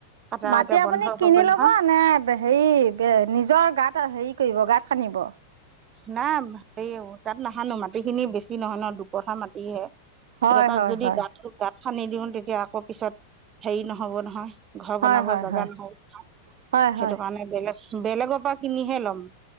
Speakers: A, on the right; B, on the right.
A: কটা
B: মাটি
A: এতিয়া
B: আপুনি
A: বন্ধ হৈ
B: কিনি
A: গ'ল
B: ল'ব
A: নহয়
B: নে হেৰি নিজৰ গাত হেৰি কৰিব গাত খানিব?
A: না হেৰি হব গাঁত নাখানো মাটি খিনি বেছি নহয় নহয় দুকঠা মাটিহে।
B: হয়
A: এতিয়া তাত
B: হয়
A: যদি
B: হয়
A: গাঁতটো খান্দি দিওঁ তেতিয়া আকৌ পিছত হেৰি নহ'ব নহয়। ঘৰ
B: হয়
A: বনাব
B: হয়
A: জাগা
B: হয়
A: নহ'ব,
B: হয়
A: সেইটো
B: হয়
A: কাৰণে বেলেগ বেলেগৰ পৰা কিনিহে ল'ম।